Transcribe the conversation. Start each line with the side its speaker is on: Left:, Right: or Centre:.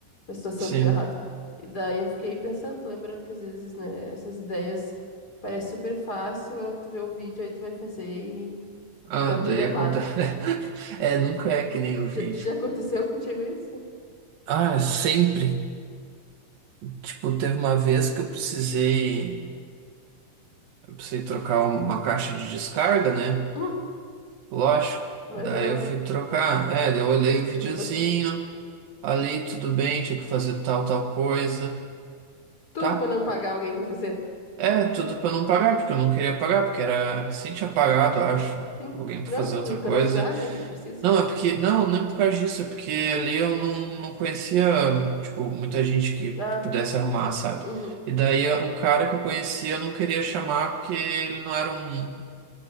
Left: da situação
Right: sim.
Left: que deu errado. E daí eu fiquei pensando, lembrando que às vezes, né, essas ideias parecem super fácil, tu vê o vídeo, aí tu vai fazer e,
Right: Ah,
Left: e dá tudo
Right: daí
Left: errado.
Right: acontece. <laughs> É, nunca é que nem o
Left: Já,
Right: vídeo.
Left: já aconteceu contigo isso? <laughs>
Right: Ah, é sempre. Tipo, teve uma vez que eu precisei. Eu precisei trocar uma caixa de descarga, né?
Left: Hum,
Right: Lógico.
Left: imagina
Right: Daí
Left: a
Right: eu fui trocar. É, daí eu olhei
Left: escrabação.
Right: o videozinho. Ali, tudo bem, tinha que fazer tal, tal coisa.
Left: Tudo
Right: Tá?
Left: pra não pagar alguém pra fazer.
Right: É, tudo pra não pagar, porque eu não queria pagar, porque era. Assim tinha pagado, eu acho.
Left: Sim.
Right: Alguém pra
Left: Não,
Right: fazer
Left: pra
Right: outra
Left: economizar,
Right: coisa.
Left: né? Às vezes precisa.
Right: Não, é porque. Não, nem por causa disso, é porque ali eu não, não conhecia, tipo, muita gente que
Left: Ah,
Right: pudesse arrumar, sabe?
Left: uhum.
Right: E daí o cara que eu conhecia eu não queria chamar porque ele não era um.